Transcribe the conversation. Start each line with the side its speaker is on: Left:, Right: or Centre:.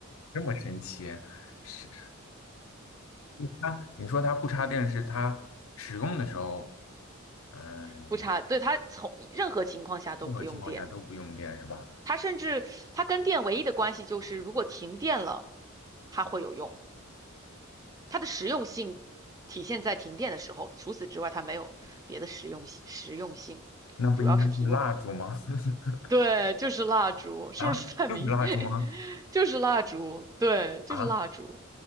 Left: 这么神奇？是嗯它？你说它不插电，是它使用的时候，嗯、
Right: 不插，对，它从任何情况下都不用电，
Left: 任何情况下都不用电，是吧？
Right: 它甚至它跟电唯一的关系就是如果停电了，它会有用，它的实用性体现在停电的时候，除此之外它没有别的实用性实用性，
Left: 那不应该是蜡烛吗？
Right: 主要是提供。
Left: <laughs>
Right: 对，就是蜡烛，是不是太明显？
Left: 啊，就是蜡烛吗？
Right: <laughs> 就是蜡烛，对，就是蜡烛，
Left: 啊